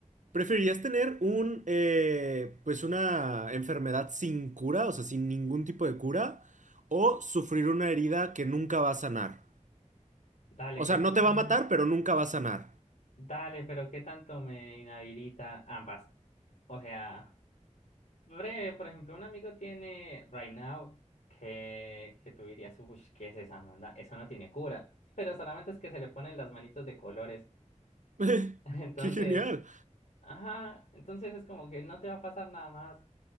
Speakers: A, on the right (about 75°); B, on the left (about 85°).
A: ¿Preferirías tener un, eh, pues una enfermedad sin cura, o sea, sin ningún tipo de cura, o sufrir una herida que nunca va a sanar?
B: Dale,
A: O sea,
B: que es
A: no
B: una...
A: te va a matar, pero nunca va a sanar.
B: Dale, pero ¿qué tanto me inhabilita ambas? O sea, breve, por ejemplo, un amigo tiene Right Now que, que tú dirías, uy, ¿qué es esa onda? Eso no tiene cura, pero solamente es que se le ponen las manitos de colores.
A: <laughs>
B: <laughs> Entonces,
A: ¡Qué genial!
B: ajá, entonces es como que no te va a pasar nada más.